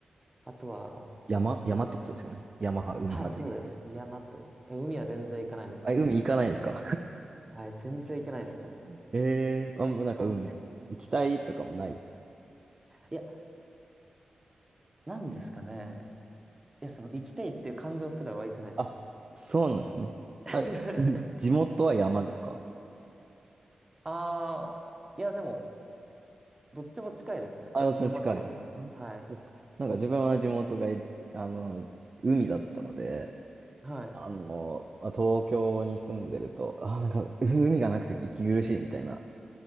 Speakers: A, on the right (about 20°); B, on the right (about 35°).
A: あとは、
B: 山、山ってことですよね。
A: なんか、
B: 山派、海派で言うと。
A: はい、そうです。山と、え、海は全然行かないですね、
B: あ、海行かないですか
A: 僕。はい、全然行けないですね。
B: え <laughs> えー、<laughs> あ、もうなんか海行きたいとかもない。
A: 完全に。いや、なんですかね。いや、その、行きたいっていう感情すら湧いてないです。
B: あ、そうなんですね。
A: <laughs>
B: あ、うん地元は山ですか
A: ああ、いや、でも、どっちも近いですね。
B: あ、どっちも近い。
A: 山と海も。
B: あー、そうですか。
A: はい。
B: なんか自分は地元がい、あの、海だったので、
A: はい。
B: あの、まあ東京に住んでると、あー、なんか海がなくて息苦しいみたいな